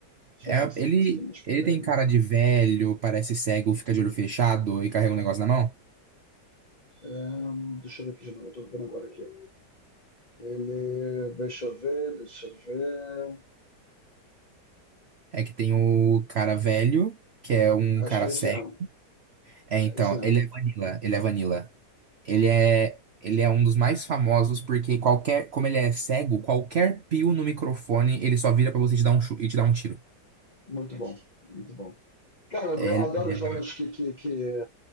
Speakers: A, on the left; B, on the right.
A: Deixa
B: É,
A: eu ver isso
B: ele,
A: aqui. Isso aqui não é espingarda,
B: ele tem
A: não.
B: cara de velho, parece cego, fica de olho fechado e carrega um negócio na mão.
A: Ahn, deixa eu ver aqui de novo. Eu tô vendo agora aqui. Ele. Deixa eu ver, deixa eu ver.
B: É que tem o cara velho, que é um
A: Acho
B: cara
A: que é
B: cego.
A: isso mesmo.
B: É, então,
A: É isso mesmo.
B: ele é Vanilla, ele é Vanilla. Ele é, ele é um dos mais famosos porque qualquer, como ele é cego, qualquer pio no microfone, ele só vira pra você e te dar um chu- e te dar um tiro.
A: Muito bom, muito bom. Cara, eu
B: É,
A: go-
B: Ele-
A: adoro
B: é-
A: jogos que, que, que